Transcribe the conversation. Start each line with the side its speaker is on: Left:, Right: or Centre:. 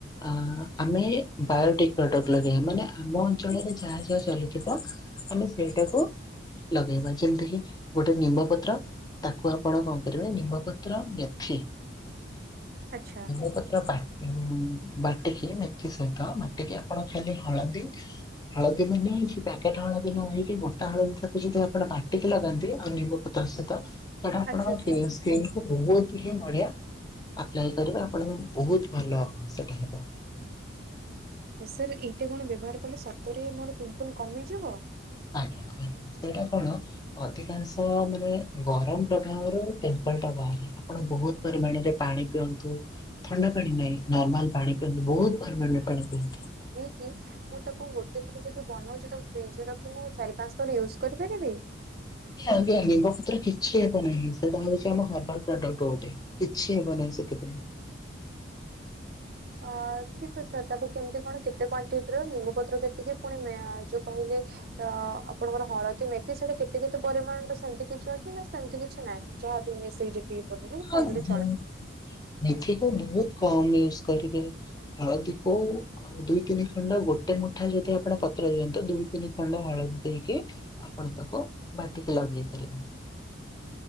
Left: ଆ ଆମେ ବାୟୋଟିକ ପ୍ରଡକ୍ଟ୍ ଲଗେଇଆ। ମାନେ ଆମ ଅଞ୍ଚଳରେ ଯାହା ଯାହା ଚାଲୁଥିବ ଆମେ ସେଇଟାକୁ ଲଗେଇବା। ଯେମିତି କିି ଗୋଟେ ନିମ୍ବ ପତ୍ର। ତାକୁ ଆପଣ କଣ କରିବେ ନିମ୍ବପତ୍ର ମେଥି
Right: ଆଚ୍ଛା
Left: ମୁ ପତ୍ର ବା ଉମ୍ ବାଟିକି ମେ ଥି ସହିତ ମାଟିକି ଆପଣ ଖାଲି ହଳଦୀ ହଳଦୀ ବି ନେଇକି ପ୍ୟାକେଟ୍ ହଳଦୀ ନ ହେଇକି ଗୋଣ୍ଟା ହଳଦୀ ତାକୁ ଯେଦି ଆପଣ ବାଟିକି ଲଗାନ୍ତି ଆଉ ନିମ୍ବ ପତ୍ର ସଇତ ପଢା ଆପଣ
Right: ଆଚ୍ଛା ସାର୍
Left: କେ ସ୍କିନ୍ ବହୁତ୍ ହିଁ ବଢିଆ ଆପ୍ଲାଏ କରିବେ। ଆପଣଙ୍କ ବହୁତ୍ ଭଲ ସେଟା ହେବ।
Right: ସାର୍ ଏଇଟା କଣ ବ୍ୟବହାର କଲେ ସତରେ ମୋର ପିମ୍ପଲ କମିଯିବ।
Left: ଆଜ୍ଞା। ଏଇଟା କଣ? ଅଧିକାଂଶ ମାନେ ଗରମ ପ୍ରଭାବରୁ ପେମ୍ପଲ ଟା ବାହାରେଐ ଆପଣ ବହୁତ ପରିମାଣରେ ପାଣି ପିଅନ୍ତୁ। ଥଣ୍ଡା ପାଣି ନାହିଁ ନର୍ମାଲ ପାଣି। ପିଅନ୍ତୁ। ବହୁତ୍ ପରିମାଣରେ ପାଣି ପିଅନ୍ତୁ।
Right: କି ମୁଁ ତାକୁ ଗୋଟେ ଥର ଯଦି ବନଉଚି ତାକୁ ଫ୍ରିଜ୍ ରେ ରଖି ମୁଁ ଚାରି ପାଞ୍ଚ ଥର ୟୁଜ୍ କରିପାରିବି।
Left: ଆଜ୍ଞା ନିମ୍ବ ପତ୍ର କିଛି ହେବ ନାହିଁ ସେଇଟା ହଉଚି ଆମ ହର୍ବଲ ପ୍ରଡକ୍ଟ ଗୋଟେ। କିଛି ହେବ ନାହିଁ ସେଥିପାଇଁ।
Right: ଅ ଠିକ୍ ଅଛି ସାର୍। ତାକୁ କେମିତି କଣ କେତେ କ୍ଵାଣ୍ଟିଟିର ନିମପତ୍ର କେତିକି ପୁଣି ମେ ଆଁ ଯୋଉ କହିଲେ? ତ ଆପଣଙ୍କର ହଳଦୀ ମେଥି ସେଟା କେତେ କେତେ ପରିମାଣରେ ସେମତି କିଛି ଅଛି ନା ସେମତି କିଛି ନାହିଁ? ଯାହା ବି ମିଶେଇ ଯେତିକି <unintelligible>
Left: ହଁ
Right: କମିଲେ ଚଳବ।
Left: ମେଥି କୁ ବହୁତ୍ କମ ୟୁଜ୍ କରିବେ ହଳଦୀ କୁ ଆଉ ଦୁଇ ତିନି ଖଣ୍ଡ ଗୋଟେ ମୁଠା ଯଦି ଆପଣ ପତ୍ର ଦିଅନ୍ତୁ। ଦୁଇ ତିନି ଖଣ୍ଡ ହଳଦୀ ଦେଇକି ଆପଣ ତାକୁ ବାଟିକି ଲଗେଇ ପାରିବେ।